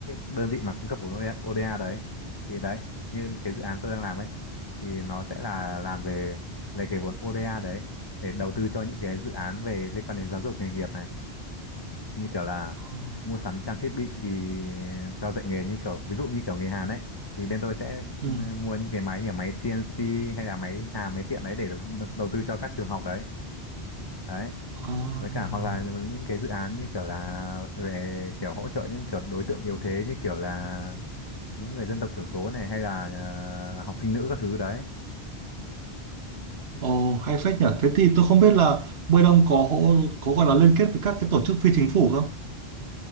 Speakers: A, on the left; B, on the right.
A: đơn vị mà cung cấp vốn ODA đấy thì đấy như cái dự án tôi đang làm ấy thì nó sẽ là làm về lấy cái vốn ODA đấy để đầu tư cho những cái dự án về liên quan đến giáo dục nghề nghiệp này như kiểu là
B: Ờ,
A: mua sắm trang thiết bị ý, cho dạy nghề như kiểu ví dụ như kiểu nghề hàn ấy thì bên tôi sẽ ừ,
B: Ừ.
A: mua những cái máy như là máy CNC hay là máy hàn máy tiện đấy để đầu đầu tư cho các trường học đấy đấy
B: À.
A: với cả hoặc là những cái dự án như kiểu là về kiểu hỗ trợ những kiểu đối tượng yếu thế như kiểu là những người dân tộc thiểu số này hay là ờ, học sinh nữ các thứ đấy
B: Ồ, hay phết nhỉ. Thế thì tôi không biết là bên ông có hỗ- có gọi là liên kết với các cái tổ chức phi chính phủ không?